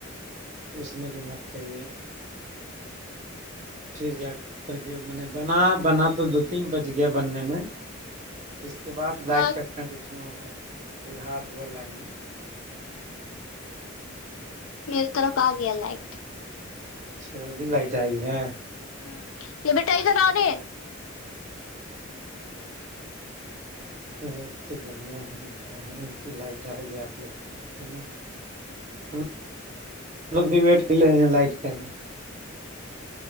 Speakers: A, on the right; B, on the left.
A: اس میں بھی مت کہیے پھر جا کر کے میں نے بنا بنا تو دو تین بج گیا بننے میں اس کے بعد
B: اور
A: لائٹ کا کنڈیشن میں نے سدھار ہوا لائن میں
B: میری طرف آگیا لائٹ
A: اچھا ابھی لائٹ آئی ہے
B: ہاں یہ بیٹا ادھر آنے ہے <inaudible>
A: سب تو بڑھیا ہے لائٹ آ گئی آپ لوگے میں <inaudible> ہم ہم لوگ بھی ویٹ کر لیے ہیں لائٹ کا ہی <inaudible>